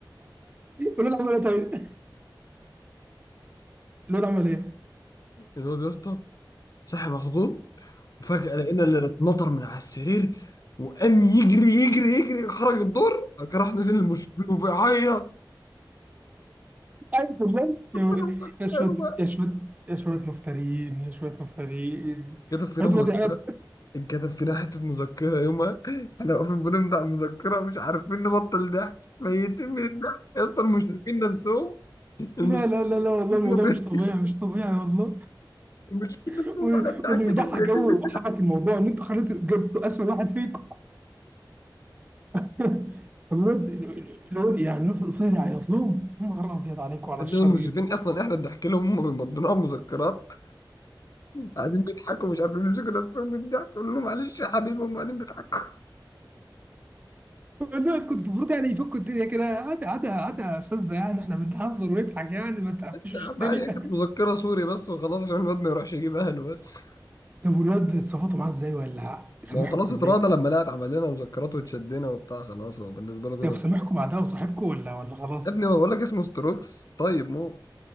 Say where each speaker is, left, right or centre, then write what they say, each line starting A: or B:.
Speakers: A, on the right (about 20°); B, on the left (about 45°).
A: الولد عمل ايه طيب الولد عمل ايه
B: الواد يا اسطى صحي مخضوب وفجاه لقينا اللي اتنطر من على السرير وقام يجري يجري يجري خرج الدور راح نزل المشرفين وبيعيط
A: أعوذ بالله
B: <laughs>
A: يا يا شوية يا شوية يا شوية مفترين يا شوية مفترين
B: كده فينا
A: حد
B: مسكره
A: وضع قاعد
B: يابا كده فينا مسكره اتكتب فينا حتة مذكرة يومها احنا واقفين بنمضي على المذكرة مش عارفين نبطل ضحك ميتين من الضحك يا اسطى المشرفين نفسهم المشرفين
A: لا لا لا لا والله الموضوع
B: ما بيضحكش.
A: مش طبيعي مش طبيعي والله
B: المشرفين نفسهم
A: و-
B: واحنا بنضحك
A: واللي
B: لهم
A: يضحك
B: ميتين
A: قوي
B: من
A: وحبك
B: الضحك
A: الموضوع ان انتوا خليتوا جبتوا اسود واحد فيكم <laughs> طب الواد الواد يعني فضل يعيط لهم يا نهار ابيض عليكم على
B: إنهم
A: الشر
B: المشرفين
A: اللي
B: اصلا احنا بنضحك لهم هم بيمضونا على المذكرات قاعدين بيضحكوا مش عارفين يمسكوا نفسهم من الضحك قول لهم معلش يا حبيبي هم قاعدين بيضحكوا
A: والله كنت المفروض يعني يفكوا الدنيا كده عادي عادي عادي يا استاذه يعني احنا بنهزر ونضحك يعني ما تقفشوش
B: يا عم
A: الدنيا
B: عادي كانت مذكرة
A: <laughs>
B: سوري بس وخلاص عشان الواد ما يروحش يجيب اهله بس
A: طب والواد اتصرفتوا معاه ازاي ولا سامحكوا
B: ما هو خلاص
A: ازاي
B: اتراضى لما لقت عمل لنا مذكرات واتشدنا وبتاع خلاص هو بالنسبة له كده
A: طب سامحكوا بعدها وصاحبكم ولا ولا خلاص
B: يا ابني هو بقول لك اسمه ستروكس طيب مو